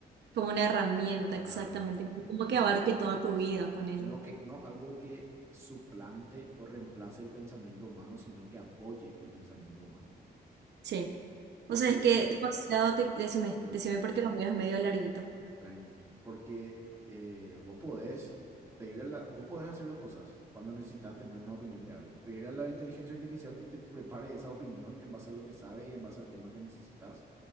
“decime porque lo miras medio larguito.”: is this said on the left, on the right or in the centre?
Right